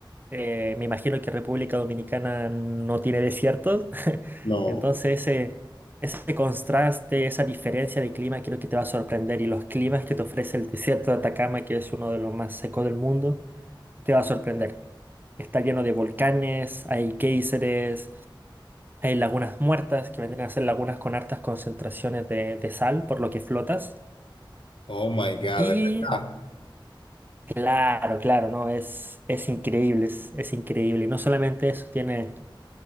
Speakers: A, on the right; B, on the left.
A: Eh, me imagino que República Dominicana no tiene desierto. <laughs>
B: No.
A: Entonces, ese, ese contraste, esa diferencia de clima, creo que te va a sorprender. Y los climas que te ofrece el desierto de Atacama, que es uno de los más secos del mundo. Te va a sorprender. Está lleno de volcanes, hay géiseres, hay lagunas muertas, que vendrían a ser lagunas con hartas concentraciones de, de sal, por lo que flotas.
B: Oh my God,
A: Y
B: de verdad.
A: claro, claro, ¿no? Es, es increíble, es, es increíble. Y no solamente eso, tiene,